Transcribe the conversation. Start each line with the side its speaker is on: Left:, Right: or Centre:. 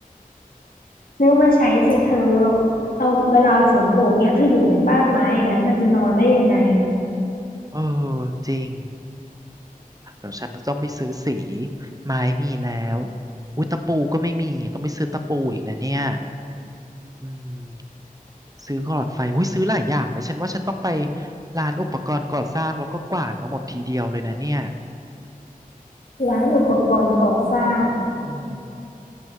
Left: ซื้อมาใช้สิเธอเอาเวลาฝนตกเนี้ยเธออยู่ในบ้านไม้อย่างนั้นเธอจะนอนได้ยังไง
Right: เออจริงเดี๋ยวฉันจะต้องไปซื้อสีไม้มีแล้วอุ้ยตะปูก็ไม่มีต้องไปซื้อตะปูอีกนะเนี่ยอืม ซื้อหลอดไฟโอ้ยซื้อหลายอย่างเลย ฉันว่าฉันต้องไปร้านอุปกรณ์ก่อสร้างแล้วก็กวาดมาหมดทีเดียวเลยนะเนี่ย
Left: ร้านอุปกรณ์ก่อสร้าง
Right: อืม